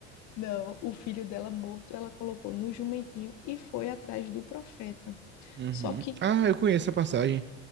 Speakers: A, on the left; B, on the right.
A: Não, o filho dela morto, ela colocou no jumentinho e foi atrás do profeta.
B: Uhum.
A: Só que,
B: Ah, eu conheço a passagem